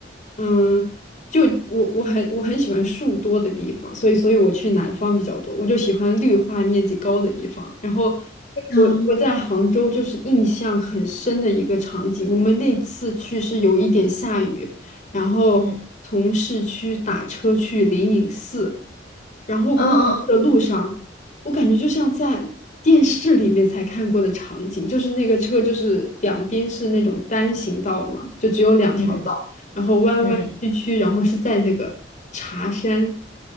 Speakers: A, on the left (about 45°); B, on the left (about 60°).
A: 嗯，就我我很我很喜欢树多的地方，所以所以我去南方比较多，我就喜欢绿化面积高的地方。然后
B: 嗯
A: 我我在杭州就是印象很深的一个场景，我们那次去是有一点下雨，然后从市区打车去灵隐寺。
B: 嗯
A: 然后过去的路上，
B: 嗯嗯
A: 我感觉就像在电视里面才看过的场景，就是那个车就是两边是那种单行道嘛，就只有两条道，
B: 嗯
A: 然后弯弯曲曲，
B: 嗯
A: 然后是在那个茶山，